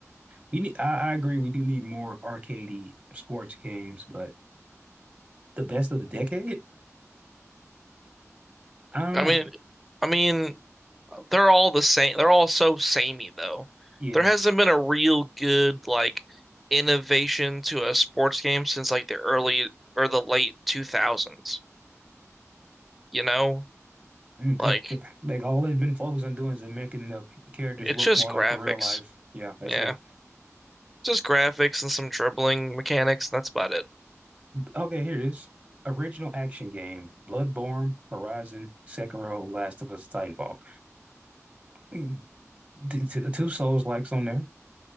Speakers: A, on the right (about 25°); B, in the centre.
A: We need, I, I agree. We do need more arcadey sports games, but the best of the decade? I don't
B: I
A: know.
B: mean I mean They're all the same. They're all so samey though.
A: Yeah.
B: There hasn't been a real good like innovation to a sports game since like the early or the late 2000s, you know?
A: Mm,
B: Like
A: it- it- like all they've been focused on doing is making the characters
B: it's
A: look
B: just
A: more
B: graphics.
A: like the real life. Yeah, that's
B: Yeah.
A: it.
B: Just graphics and some dribbling mechanics. That's about it.
A: Okay, here it is. Original action game: Bloodborne, Horizon, Sekiro, Last of Us, Titanfall. Mm, t- t- Two Souls-likes on there.